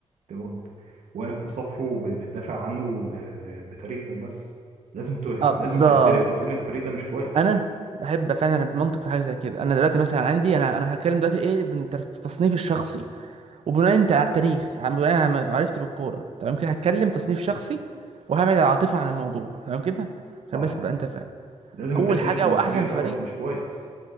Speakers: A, on the right; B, on the right.
A: تقعد واقف في صفه وبتدافع عنه وب- ب- بتاريخك بس لازم ت-
B: اه
A: لازم
B: بالظبط
A: تعترف وتقول الفريق ده مش كويس
B: انا بحب فعلا بمنطق في حاجه زي كده انا دلوقتي مثلا عندي انا انا هتكلم دلوقتي ايه بالتصنيف الشخصي وبناء انت على التاريخ عم- بناء على معرفتي بالكوره تمام كده هتكلم تصنيف شخصي وهبعد العاطفه عن الموضوع تمام كده عشان
A: صح
B: بس تبقى انت فاهم
A: لازم
B: اول
A: تعترف
B: حاجه
A: إن
B: واحسن
A: الفريق
B: فريق
A: دوت مش كويس